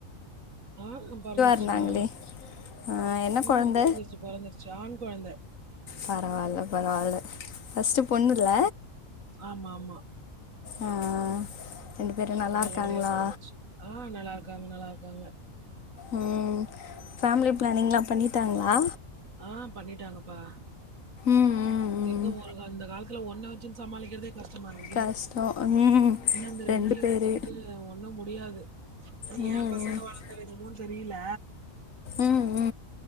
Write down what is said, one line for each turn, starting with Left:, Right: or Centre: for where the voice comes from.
Right: ஆ பெறந்துருச்சுமா‌‌
Left: இருந்தாங்களே ஆ என்ன கொழந்த
Right: ம் பொறந்துருச்சு பொறந்துருச்சு ஆண் கொழந்த
Left: பரவால்ல பரவால்ல ஃபஸ்ட்டு பொண்ணுல்ல
Right: ஆமா ஆமா
Left: ஆ ரெண்டு பேரு நல்லா
Right: நல்லபடியா
Left: இருக்காங்ளா
Right: பொறந்துருச்சு. ஆ நல்லா இருக்காங்க நல்லா இருக்காங்க
Left: ம் ஃபேமிலி ப்ளானிங்ளா பண்ணிட்டாங்ளா
Right: ஆ பண்ணிட்டாங்கப்பா
Left: ம் ம் ம்
Right: இந்த ஒரு க அந்த காலத்துல ஒன்ன வச்சுன் சமாளிக்கிறதே கஷ்டமா இருக்குது
Left: கஷ்டம் ம்
Right: இந்த அந்த
Left: ரெண்டு
Right: ரெண்டையு
Left: பேரு
Right: வச்சுகிட்டு த ஒன்னு முடியாது
Left: ம்
Right: ஏ
Left: ம்
Right: பசங்க வளந்த விதமோ தெரியல
Left: ம் ம்